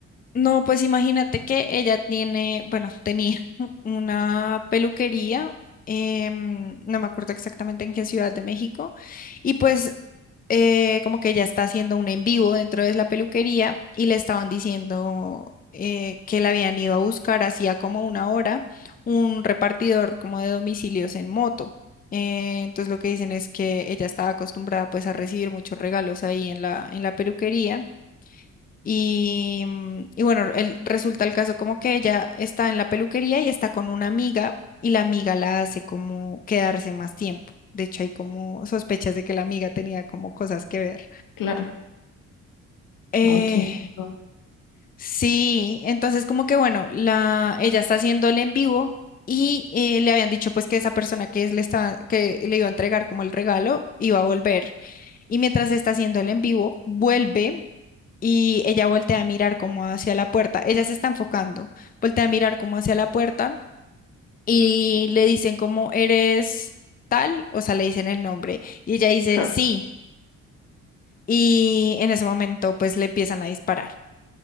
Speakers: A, on the left; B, on the left.
A: No, pues imagínate que ella tiene, bueno, tenía <laughs> una peluquería, em, no me acuerdo exactamente en qué ciudad de México, y pues eh, como que ella está haciendo un en vivo dentro de la peluquería y le estaban diciendo eh, que la habían ido a buscar hacía como una hora un repartidor como de domicilios en moto. Eh, entonces lo que dicen es que ella estaba acostumbrada pues a recibir muchos regalos ahí en la, en la peluquería. Y, mm, y bueno, el- resulta el caso como que ella está en la peluquería y está con una amiga y la amiga la hace como quedarse más tiempo. De hecho, hay como sospechas de que la amiga tenía como cosas que ver.
B: Claro.
A: Eh,
B: Oh, ¿quién mató?
A: sí, entonces como que bueno, la, ella está haciendo el en vivo y eh, le habían dicho pues que esa persona que es- le estaba, que le iba a entregar como el regalo iba a volver. Y mientras está haciendo el en vivo, vuelve y ella voltea a mirar como hacia la puerta. Ella se está enfocando, voltea a mirar como hacia la puerta y le dicen como eres tal, o sea, le dicen el nombre y ella dice
B: Claro.
A: sí y en ese momento pues le empiezan a disparar.